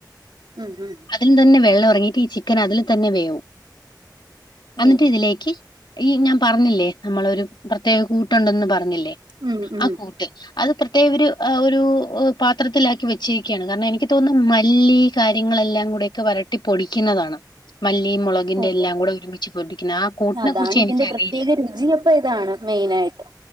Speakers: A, on the right; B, on the left.
A: ഉം ഉം.
B: അതിൽ തന്നെ വെള്ളം ഇറങ്ങിട്ട് ഈ ചിക്കൻ അതിൽ തന്നെ വേവും എന്നിട്ട്
A: ഓഹോ
B: ഇതിലേക്ക്. ഈ ഞാൻ പറഞ്ഞില്ലേ നമ്മള ഒരു പ്രത്യേക കൂട്ടുണ്ടന്ന് പറഞ്ഞില്ലേ
A: ഉം ഉം
B: ആ കൂട്ട്. അത് പ്രത്യേക ഒരു ആ ഒരു പാത്രത്തിലാക്കി വെച്ചിരിക്ക്യാണ് കാരണം എനിക്ക് തോന്നുന്നു മല്ലി. കാര്യങ്ങളെല്ലാം കൂടെക്കെ വരട്ടി പൊടിക്കുന്നതാണ് മല്ലി മുളക്. തിന്റെ
A: ഓഹോ
B: എല്ലാം കൂടെ ഒരുമിച്ച് പൊടിക്കുന്ന ആ കൂട്ടിനെ
A: അതാണ്
B: കുറിച്ച്
A: ഇതിന്റെ
B: എനിക്കറിയില്ല.
A: പ്രത്യേക രുചിയപ്പ ഇതാണ് മെയിനായിട്ട്